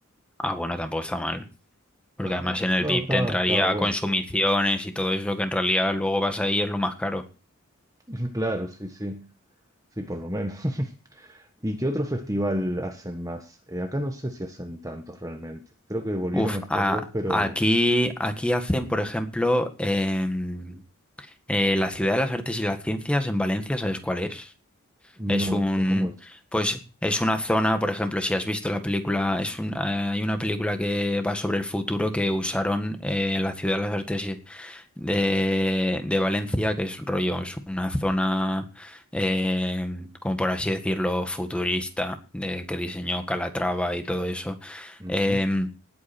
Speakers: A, in the centre; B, on the right.
A: Ah, bueno, tampoco está mal. Porque
B: No,
A: además
B: no,
A: en el
B: no,
A: VIP
B: estaba,
A: te entraría
B: estaba bueno.
A: consumiciones y todo eso, que en realidad luego vas ahí y es lo más caro.
B: <laughs> Claro, sí, sí, sí, por lo menos. <laughs> ¿Y qué otro festival hacen más? Eh, acá no sé si hacen tantos realmente. Creo que volvieron
A: Uf,
B: estos
A: a-
B: dos, pero
A: aquí, aquí hacen, por ejemplo, em, eh, la Ciudad de las Artes y las Ciencias en Valencia, ¿sabes cuál es?
B: no,
A: Es un,
B: no como es.
A: pues, es una zona, por ejemplo, si has visto la película, es un, ah, hay una película que va sobre el futuro que usaron eh, la Ciudad de las Artes y- de, de Valencia, que es rollo, es una zona, em, como por así decirlo, futurista, de, que diseñó Calatrava y todo eso.
B: Ujú.
A: Em,